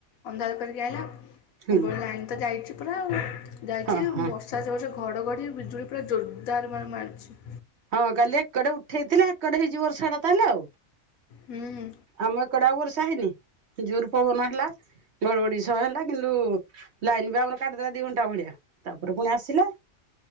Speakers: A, on the left; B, on the right.
A: ଅନ୍ଧାର କରିକି ଆଇଲା ଆଉ
B: ହୁଁ
A: ପୂର୍ବରରୁ ଲାଇନ ତ ଯାଇଛି। ପୁରା ଆଉ ଯାଇଛି
B: ହଁ ହଁ
A: ବର୍ଷା ଜୋରସେ ଘଡ଼ଘଡ଼ି ବିଜୁଳି ପୁରା ଜୋରଦାର ମାରୁଛି।
B: ହଁ କାଲି ଏକଡେ ଉଠେଇଥିଲା। ଏପଟେ ହେଇଚି ବର୍ଷା ଟା ତାହାଲେ ଆଉ
A: ହୁଁ
B: ଆମ ଏକଡେ ଆଉ ବର୍ଷା ହେଇନି ଜୋରେ ପବନ ହେଲା ବରବଡିଶ ହେଲା। କିନ୍ତୁ ଲାଇନ ବି ଆମର କାଟି ଦେଲା ଦି ଘଣ୍ଟା। ଚାଉଳିଆ ତାପରେ ପୁଣି ଆସିଲା